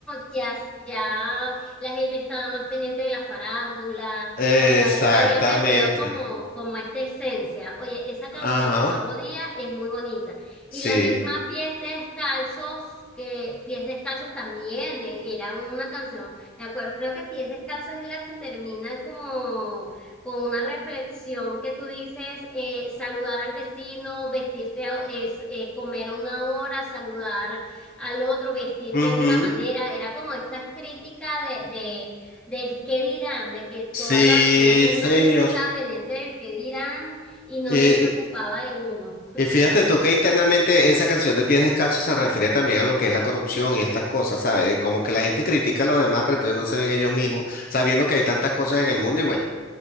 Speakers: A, in the centre; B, on the left.
A: ya, ya la gente estaba más pendiente de la farándula,
B: Exactamente.
A: o sea, había perdido como, como esta esencia. Oye, esa canción
B: Ajá,
A: de Octavo Día es muy bonita. Y
B: sí.
A: la misma Pies Descalzos, que Pies Descalzos también eh, era una canción, me acuerdo, creo que Pies Descalzos es la que termina como con una reflexión que tú dices, eh, saludar al vecino, vestirte, a- es, eh, comer a una hora, saludar al otro, vestirte
B: Ujú,
A: de una manera, era como esta crítica de, de, del qué dirán, de que
B: Sí,
A: toda la- todo el mundo
B: señor.
A: siempre estaba pendiente del qué dirán y no
B: Eh,
A: se preocupaba
B: eh,
A: de uno.
B: Y, fíjate tú que internamente esa canción de Pies Descalzos se refiere también a lo que es la corrupción y estas cosas, ¿sabes? Como que la gente critica a los demás, pero entonces no se ven ellos mismos, sabiendo que hay tantas cosas en el mundo y bueno.